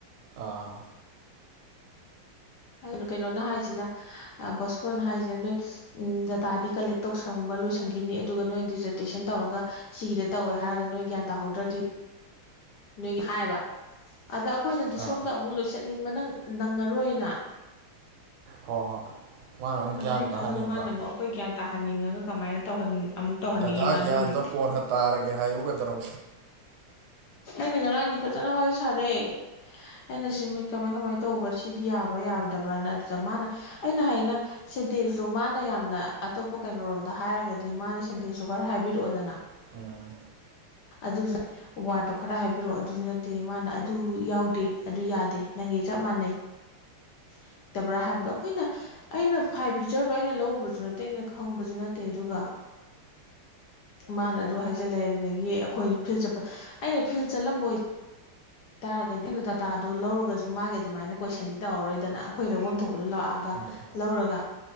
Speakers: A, on the right; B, on the left.
A: ꯑꯥ
B: ꯍꯥꯏ ꯀꯩꯅꯣꯅ ꯍꯥꯏꯁꯤꯅ ꯑꯩ ꯕꯣꯁꯀꯣꯅ ꯍꯥꯏꯁꯤꯅ ꯅꯣꯏ ꯎꯝ ꯗꯇꯥꯗꯤ ꯀꯂꯦꯛ ꯇꯧꯁꯪꯕ ꯂꯣꯏꯁꯟꯈꯤꯅꯤ ꯑꯗꯨꯒ ꯅꯣꯏꯅ ꯗꯤꯖꯔꯇꯦꯁꯟ ꯇꯧꯔꯒ ꯁꯤꯒꯤꯗ ꯇꯧꯋꯦ ꯍꯥꯏꯔꯒ ꯅꯣꯏ ꯒ꯭ꯌꯥꯟ ꯇꯥꯍꯧꯗ꯭ꯔꯗꯤ, ꯅꯣꯏꯒꯤ ꯍꯥꯏꯕ ꯑꯗ ꯑꯩꯈꯣꯏꯅꯗꯤ
A: ꯑꯥ
B: ꯁꯣꯝꯗ ꯑꯃꯨꯛ ꯂꯣꯏꯁꯟꯅꯤꯡꯕꯅ ꯅꯪꯉꯔꯣꯏꯅ꯫
A: ꯍꯣ ꯍꯣꯏ ꯃꯥꯅ ꯑꯃꯨꯛ
B: ꯑꯗꯨꯏ
A: ꯒ꯭ꯌꯥꯟ
B: ꯈꯜꯂꯒ
A: ꯇꯥꯍꯟꯅꯤꯡꯕ꯫
B: ꯃꯥꯅ ꯑꯃꯨꯛ ꯑꯩꯈꯣꯏ ꯒ꯭ꯌꯥꯟ ꯇꯥꯍꯟꯅꯤꯡꯉꯒ ꯀꯃꯥꯏꯅ ꯇꯧꯍꯟꯅꯤꯡ ꯑꯃꯨꯛ ꯇꯧꯍꯟꯅꯤꯡꯉꯤꯕ
A: ꯗꯥꯗꯥ
B: ꯑꯗꯨꯏꯅꯤ
A: ꯒ꯭ꯌꯥꯟꯗꯣ ꯀꯣꯟꯅ ꯇꯥꯔꯒꯦ ꯍꯥꯏꯌꯨ ꯒꯩꯗꯧꯔ꯫
B: ꯑꯩꯅ ꯉꯔꯥꯡꯗꯤ ꯐꯖꯅ ꯋꯥꯔꯤ ꯁꯥꯔꯦ꯫ ꯑꯩꯅ ꯁꯤꯃꯤ ꯀꯃꯥꯏ ꯀꯃꯥꯏ ꯇꯧꯕ ꯁꯤꯗꯤ ꯌꯥꯕ꯭ꯔꯥ ꯌꯥꯔꯗꯕ꯭ꯔꯅ ꯑꯗꯨꯗ ꯃꯥꯅ ꯑꯩꯅ ꯍꯥꯏꯅ ꯁꯦꯟꯇꯦꯟꯁꯇꯣ ꯃꯥꯅ ꯌꯥꯝꯅ ꯑꯇꯣꯞꯄ ꯀꯩꯅꯣꯔꯣꯝꯗ ꯍꯥꯏꯔꯒꯗꯤ ꯃꯥꯅ ꯁꯦꯟꯇꯦꯟꯁꯇꯨ ꯈꯔ ꯍꯥꯏꯕꯤꯔꯛꯑꯣꯗꯅ꯫
A: ꯎꯝ
B: ꯑꯗꯨꯁꯨ, ꯋꯥꯔꯠꯇꯣ ꯈꯔ ꯍꯥꯏꯕꯤꯔꯛꯑꯣ ꯑꯗꯨꯁꯨ ꯅꯠꯇꯦ ꯃꯥꯅ ꯑꯗꯨ ꯌꯥꯎꯗꯦ ꯑꯗꯨ ꯌꯥꯗꯦ ꯅꯪꯒꯤ ꯆꯞ ꯃꯥꯟꯅꯩ꯫ <inaudible> ꯇꯕ꯭ꯔꯥ ꯍꯥꯏꯕꯗꯣ ꯑꯩꯈꯣꯏꯅ ꯑꯩꯅ ꯐꯥꯏꯚ ꯐꯤꯆꯔꯗꯣ ꯑꯩꯅ ꯂꯧꯔꯨꯕꯁꯨ ꯅꯠꯇꯦ ꯑꯩꯅ ꯈꯪꯕꯁꯨ ꯅꯠꯇꯦ ꯑꯗꯨꯒ, ꯃꯥꯅ ꯑꯗꯨ ꯍꯥꯏꯖꯜꯂꯦ ꯑꯗꯨ ꯑꯗꯒꯤ ꯑꯩꯈꯣꯏ ꯐꯤꯜ ꯆꯠꯄ ꯑꯩꯅ ꯐꯤꯜ ꯆꯠꯂꯝꯕ ꯑꯣꯏ ꯇꯥꯔꯒꯗꯤ ꯗꯥꯇꯥꯗꯣ ꯂꯧꯔꯒꯁꯨ ꯃꯥꯒꯤ ꯑꯗꯨꯃꯥꯏꯅ ꯀꯣꯏꯁꯟꯗꯤ ꯇꯧꯔꯔꯣꯏꯗꯅ ꯑꯩꯈꯣꯏ ꯂꯧꯕꯝ ꯊꯣꯄꯗꯨ ꯂꯥꯛꯑꯒ
A: ꯎꯝ
B: ꯂꯧꯔꯒ